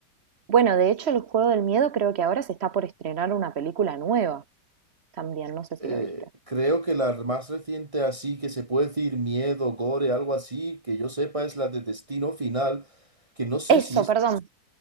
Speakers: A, on the right; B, on the right.
A: Bueno, de hecho, el Juego del Miedo creo que ahora se está por estrenar una película nueva también, no sé si
B: eh,
A: lo viste.
B: creo que la más reciente así, que se puede decir miedo, gore, algo así, que yo sepa es la de Destino Final, que no sé
A: Eso,
B: si es,
A: perdón.